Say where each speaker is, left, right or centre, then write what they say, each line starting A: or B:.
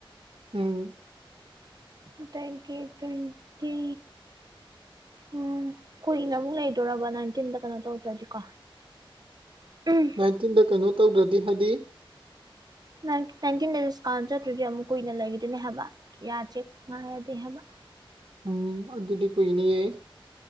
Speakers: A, on the right; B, on the right.
A: ꯎꯝ
B: ꯑꯗꯩ ꯗꯦꯠ ꯇ꯭ꯋꯦꯟꯇꯤ ꯎꯝ ꯀꯨꯏꯅ ꯑꯃꯨꯛ ꯂꯩꯗꯣꯔꯔꯕ ꯅꯥꯏꯟꯇꯤꯟꯗ ꯀꯩꯅꯣ ꯇꯧꯗ꯭ꯔꯗꯤꯀꯣ ꯎꯝ
A: ꯅꯥꯏꯟꯇꯤꯟꯗ ꯀꯩꯅꯣ ꯇꯧꯗ꯭ꯔꯗꯤ ꯍꯥꯏꯗꯤ
B: ꯅꯥꯏꯟꯇꯤꯟ ꯗꯤꯁꯀꯥꯎꯟ ꯆꯠꯇ꯭ꯔꯗꯤ ꯑꯃꯨꯛ ꯀꯨꯏꯅ ꯂꯩꯗꯅꯦ ꯍꯥꯏꯕ ꯌꯥꯗꯦ ꯉꯥꯏꯔꯗꯤ ꯍꯥꯏꯕ
A: ꯎꯝ ꯑꯗꯨꯗꯤ ꯀꯣꯏꯅꯤꯌꯦ